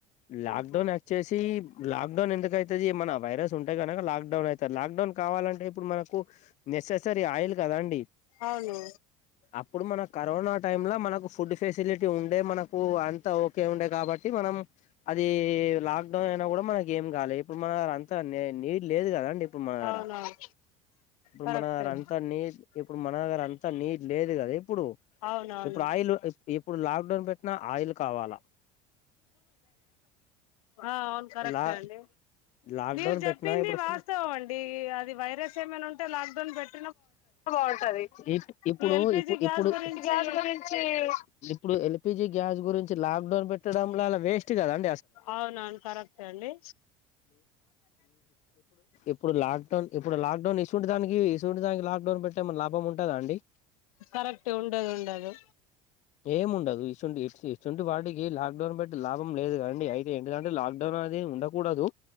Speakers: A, on the left; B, on the left.
A: లాక్డౌన్
B: ఆహా
A: లాక్డౌన్ ఎందుకు అయితది ఏం అయిన వైరస్ ఉంటే కనక లాక్డౌన్ అయితే లాక్ డౌన్ కావాలంటే ఇప్పుడు మనకు నెససరీ ఆయిల్ కదా అండి
B: అవును
A: ఇప్పుడు మన కరోనా టైమ్ లో మనకు ఫుడ్ ఫెసిలిటీ ఉండే మనకు అంతా ఓకే ఉండే కాబట్టి మనం అది లా డ అయినా కూడా మనకి ఏం కాలేదు ఇప్పుడు మన అంత నీట్ లేదు కదాండి ఇప్పుడు మనగ
B: అవునవును
A: ఇప్పుడు
B: కరెక్టే
A: మన అంతా నీ ఇప్పుడు మనగర అంతా నీట్ లేదు గది ఇప్పుడు
B: అవునవును
A: ఇప్పుడు ఆయిల్ ఇప్పుడు లాక్డౌన్ పెట్టినా ఆయిల్ కావాలా
B: ఆ అవును కరెక్
A: లా
B: అండి
A: లాక్డౌన్
B: మీరు చెప్పింది
A: పెట్టినా ఇప్పుడు
B: వాస్తవం అండి అది వైరస్ ఏమైనా ఉంటే లాక్డౌన్ పెట్
A: బాగుంటది ఎప్పుడు
B: ఈ ఎల్పిజి గ్యాస్
A: ఇప్పుడు
B: గురించి
A: గ గురించి ఇప్పుడు వె గ్యాస్ గురించి లాడన్ పె వేస్ట్ కం
B: అవునవును కరెక్టే అండి
A: అప్పు లాడడు డ చూడ దానికి <unintelligible> లాక్ డౌన్ ఏమైనా లాంభం ఉంటదా అండి
B: కరెక్ట్ ఉండదు ఉండదు
A: ఎం ఉండదు ఇసు ఇసువంటి వాటికి లొక్ డౌన్ పెట్టి లాభం లేదు కదా అండి <unintelligible> లొక్ డౌన్ అది ఉండకూడదు